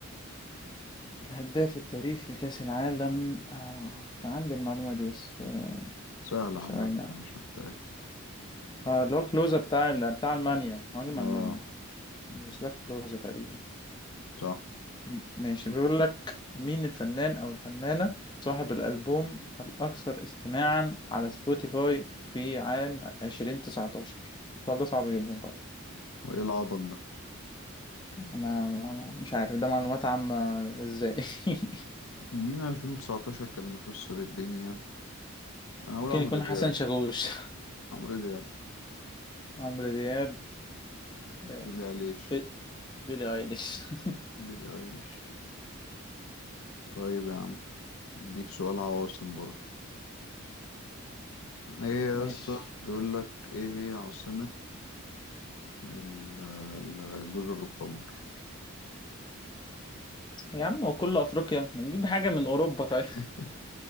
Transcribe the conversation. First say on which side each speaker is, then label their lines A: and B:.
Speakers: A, on the left; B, on the left.
A: الهداف التاريخي لكأس العالم آه. كان عندي المعلومة دي بس آه،
B: سهلة
A: ثواني
B: عامة أنا
A: اه
B: مش محتاجة
A: آه، اللي هو كلوزا بتاع ال- بتاع المانيا مهاجم
B: اه
A: المانيا يوسلاف كلوزا تقريبا
B: صح
A: م- ماشي بيقول لك مين الفنان أو الفنانة صاحب الألبوم الأكثر استماعا على سبوتيفاي في عام 2019 السؤال ده صعب جدا طبعا
B: وايه العبط ده
A: ما ما- ما- مش عارف ده معلومات عامة ازاي <laughs>
B: مين 2019 كان مكسر الدنيا انا اقول
A: ممكن
B: عمرو
A: يكون
B: دياب
A: حسن شاكوش
B: عمرو دياب
A: عمرو دياب آه،
B: بيلي ايليش
A: بي- بيلي ايليش <laughs>
B: بيلي ايليش طيب يا عم اديك سؤال عواصم برضو ايه يا
A: ماشي
B: اسطى بيقول لك ايه هي عاصمة ال- ال- جزر القمر
A: يا عم هو كله افريقيا ما نجيب حاجه من اوروبا طيب
B: <laughs>